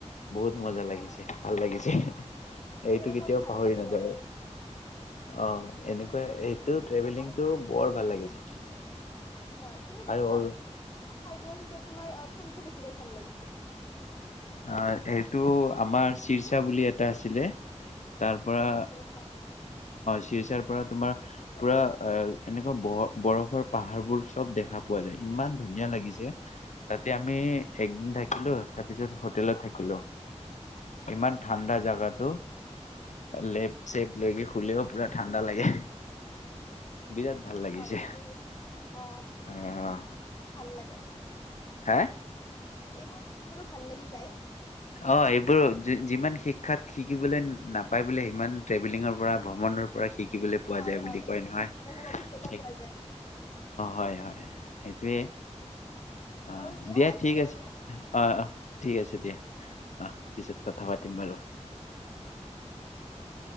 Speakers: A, on the left; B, on the left.
A: বহুত মজা
B: হ
A: লাগিছে
B: হ।
A: ভাল লাগিছে। এইটো
B: এনেকে
A: কেতিয়াও
B: কৰি ভাল
A: পাহৰি
B: লাগে
A: নাযাাৱে
B: লগ
A: অ। এনেকুৱা এইটো ট্ৰেভেলিংটো
B: পাম।
A: বৰ ভাল লাগিছে
B: হয় তুমি
A: আৰু।
B: অ, ঠাইবোৰৰ ভিতৰত তোমাৰ কোনটো বেছিকৈ ভাল লাগিছিল
A: অ সেইটো আমাৰ চিৰচা বুলি এটা আছিলে। তাৰ পৰা
B: অৰুণাচলৰ হয়
A: চিৰচাৰ পৰা তোমাৰ পুৰা এ এনেকুৱা ব বৰফৰ পাহাৰবোৰ চব দেখা পোৱা যায় ইমান ধুনীয়া লাগিছে তাতে আমি একদিন থাকিলো তাৰপিছত- হোটেলত থাকিলো। ইমান
B: হয়
A: ঠাণ্ডা জোগাটো। লেপ চেপ লৈকে শুলেও পুৰা ঠাণ্ডা লাগে। বিৰাট ভাল লাগিছে
B: হয় ঠিকেই কৈছো অ
A: আহ
B: ইমান ভাল লাগে।
A: হে
B: এইবোৰ বোলো ভাল লাগি যায়।
A: অ এইবোৰ যিমান শিক্ষাত শিকিবলৈ নাপায় বোলে সিমান ট্ৰেভেলিঙৰ পৰা ভ্ৰমণৰ পৰা পৰা শিকিবলৈ পোৱা
B: হয়
A: যায় বুলি
B: হয়
A: কয় নহয়।
B: বহু অভিজ্ঞতা
A: অ
B: পোৱা যায়
A: হয় হয় সেইটোৱে। অ
B: বাৰু
A: দিয়া
B: আজিলৈ
A: ঠিক আছে
B: ইমান
A: অ অ ঠিক আছে দিয়া। আহ পিছত
B: বিদায়
A: কথা পাতিম বাৰু।
B: এক